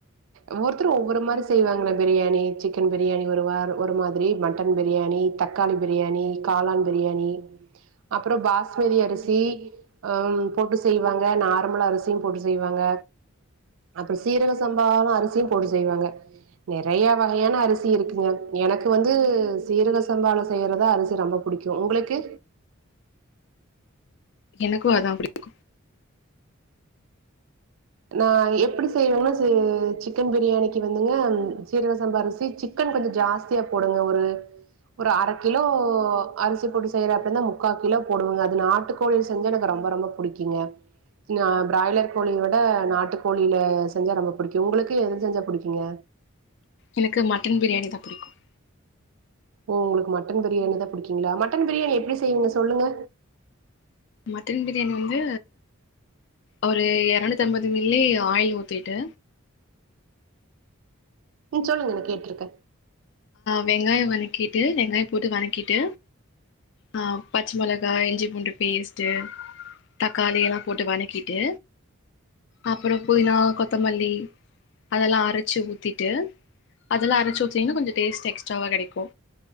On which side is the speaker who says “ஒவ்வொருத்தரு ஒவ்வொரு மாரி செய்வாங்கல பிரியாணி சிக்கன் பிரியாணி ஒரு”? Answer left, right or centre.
Right